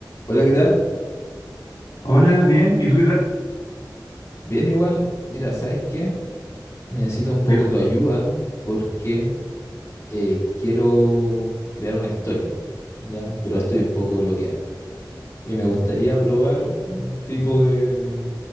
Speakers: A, on the left; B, on the left.
A: Hola, ¿qué tal?
B: Hola, bien. ¿Y tú qué tal?
A: Bien igual. Mira, ¿sabes qué? Necesito un poco
B: Dime.
A: tu ayuda porque eh, quiero crear una historia, ¿ya? Pero estoy un poco bloqueado. Y me gustaría probar un tipo de,